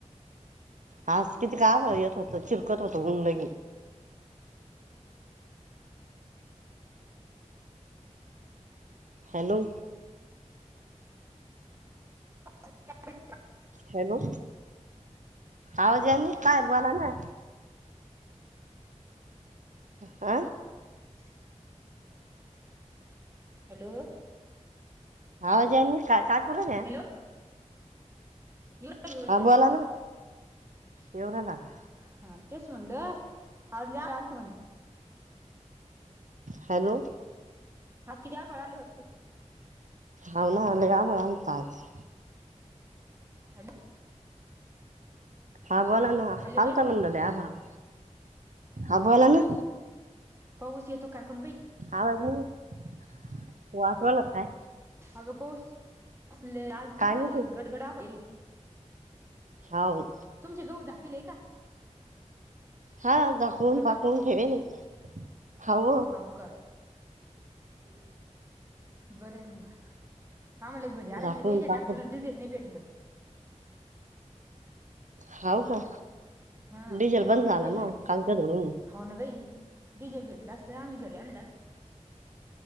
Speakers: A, on the right; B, on the right.
A: आज किती काय आभाळ येत होत चिरखत होत उन लगी. हॅलो.
B: <unintelligible>
A: हॅलो, आवाज याला नाई काय बोला ना. आ?
B: <inaudible> हॅलो.
A: आवाज यांना नाय काय करूल्या?
B: हॅलो <unintelligible>
A: हा बोला ना येऊ राहिला का
B: हा तेस म्हणल आज लय आलंत म्हणी.
A: हॅलो.
B: आज किती आभाळ आलं
A: हाव ना लय आभाळ आलत आज.
B: हॅलो.
A: हा बोला ना
B: हॅलो
A: आलता
B: जयश्री
A: म्हणल लय आभाळ हा बोला ना.
B: पाऊस येतो काय कून बाई.
A: आवाज नाय, वाजवाला काय?
B: अगं पाऊस आज
A: काय
B: लयच
A: नाही ते
B: गडगड आभाळ येईले.
A: हाव.
B: तुमचे घऊ झाकीले का?
A: हा झाकून
B: का
A: पाकून
B: ग
A: ठेवेल खाव
B: हाऊ का, बर आय मग आम्हला पण घ री - आणायचे
A: झाकून
B: होते त्या
A: पाकून
B: टॅक्टर ला डिझेल नाय भेटलं.
A: हाव का
B: हा
A: डिझेल बंद झालं
B: डिझेल भेटलं
A: ना कालच्या धरून.
B: हाव ना बाई डिजेल भेटल असतं आम्ही घरी आणलं असत.